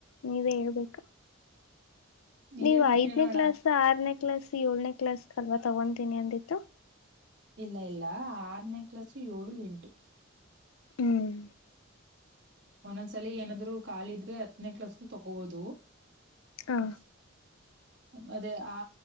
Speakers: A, on the left (about 85°); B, on the right (about 55°).
A: ನೀವೇ ಹೇಳ್ಬೇಕು.
B: ಹೇಳ್
A: ನೀವ
B: ಕೇಳೋಣ
A: ಐದನೇ ಕ್ಲಾಸ್ ಆರನೇ ಕ್ಲಾಸ್ ಏಳನೇ ಕ್ಲಾಸ್ ಅಲ್ವಾ ತಗೊತೀನಿ ಅಂದಿದ್ದು.
B: ಇಲ್ಲ ಇಲ್ಲ ಆರನೇ ಕ್ಲಸ್ ಏಳು ಎಂಟು.
A: ಹ್ಮ್
B: ಒಂದೊಂದ್ಸಲ ಏನಾದ್ರು ಕಾಲಿದ್ರೆ ಹತ್ತನೇ ಕ್ಲಾಸ್ ತಗೋಬೋದು.
A: ಹ
B: <inaudible> ಅದೇ ಆ